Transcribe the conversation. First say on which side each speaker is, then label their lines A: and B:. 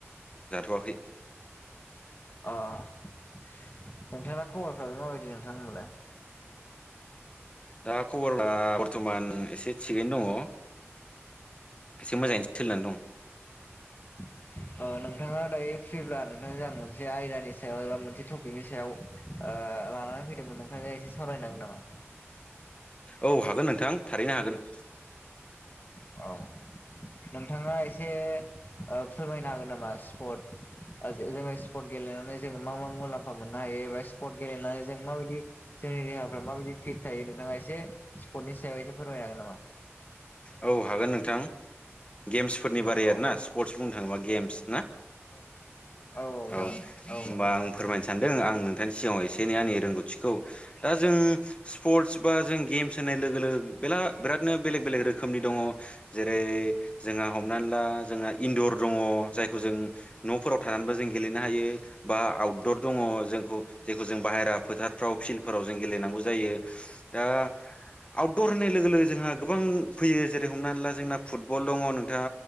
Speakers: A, on the left; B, on the left.
A: जाथ'वाखै।
B: अ नोंथांना खबरफ्रालाय माबायदि नोंथांनालाय?
A: दा खबरा बरथमान एसे थिगैनो दङ। एसे मोजाङै सोलिनानै दं।
B: अ नोंथाङा दायो फ्रिब्ला नोंथांजों आं मोनसे आयदानि सायाव एबा मोनसे टपिकनि सायाव लानानै फैदोंमोन नोंथांजों एसे सावरायनो हागोन नामा?
A: औ हागोन नोंथां थारैनो हागोन।
B: औ नोंथाङा एसे फोरमायनो हागोन नामा स्पट जोङो स्पर्ट गेलेनानै जोङो मा मा मुलाम्फा मोननो हायो एबा स्पर्ट गेलेनानै जों माबायदि जोंनि देहाफ्रा माबायदि फिट थायो नोंथाङा एसे स्पर्टनि सायाव एसे फोरमायनो हागोन नामा?
A: औ हागोन नोंथां गेम्सफोरनि बारै
B: औ
A: आरोना। स्पर्टस बुंनो थाङोबा गेम्स ना
B: औ
A: औ
B: जागोन औ
A: होमबा
B: नंगौ
A: आं फोरमायनो सानदों आं नोंथांनि सिगाङाव एसे एनै आंनि रोंगौथिखौ दा जों स्पर्टस बा जों गेम्स होननाय लोगो लोगो बिरादनो बेलेग बेलेग रोखोमनि दङ। जेरै जोंहा हमनानै ला जोंहा इन्दर दङ जायखौ जों न'फोराव थानानैबो जों गेलेनो हायो। बा आउटदर दङ जोंखौ जेखौ जों बाहेरा फोथारफ्राव फिलद फोराव जों गेलेनांगौ जायो दा आउटदर होननाय लोगो लोगो जोंहा गोबां फैयो जेरै हमनानै ला जोंना फुटबल दङ नोंथां